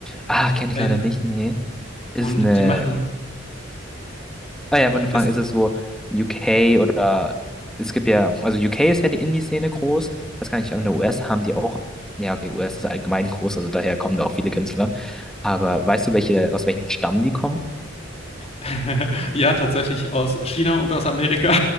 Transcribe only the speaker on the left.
Ähm,
und
die machen
das
<laughs> ja tatsächlich aus China und aus Amerika.